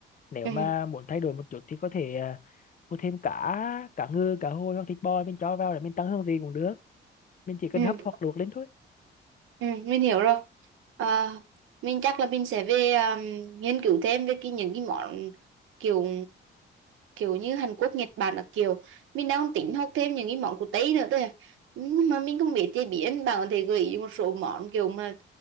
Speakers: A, on the left; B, on the right.
A: nếu
B: ừ
A: mà muốn thay đổi một chút thì có thể à, mua thêm cá cá ngừ cá hồi hoặc thịt bò mình cho vào để mình tăng hương vị cũng được mình chỉ cần
B: ừ
A: hấp hoặc luộc lên thôi
B: ừ mình hiểu rồi Ờ, mình chắc là mình sẽ về um, nghiên cứu thêm về cái những cái món kiểu kiểu như Hàn Quốc Nhật Bản là kiểu mình đang tính học thêm những cái món của Tây nữa thôi à. Nhưng mà mình không biết chế biến bạn có thể gợi ý một số món kiểu mà